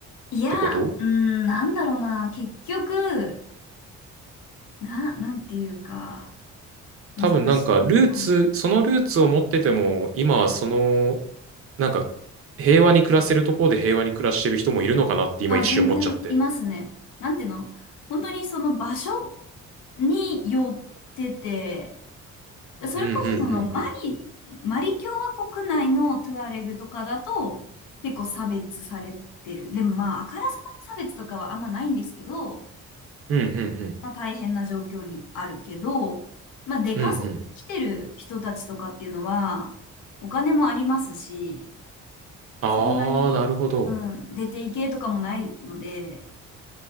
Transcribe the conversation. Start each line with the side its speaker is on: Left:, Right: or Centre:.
Left: いや、
Right: てこと
Left: うん、なんだろうな。結局、な、なんていうか、難しい。
Right: 多分なんかルーツ、
Left: うん
Right: そのルーツを持ってても、今はその、なんか平和に暮らせるところで平和に暮らしてる人もいるのかなって今一瞬思っちゃって。
Left: あ、全然いますね。なんていうの、本当にその場所によってて、でそれこそそのマリ、
Right: うんうんうんうん。
Left: マリ共和国内のトゥアレグとかだと結構差別されてる。でもまあ、あからさまな差別とかはあんまないんですけど、
Right: うんうんうん。
Left: まあ大変な状況にあるけど、まあ出稼ぎ来てる人たちとかっていうのはお金もありますし、
Right: うんうんああ、
Left: そんなに、
Right: なるほど。
Left: うん、出ていけとかもないので、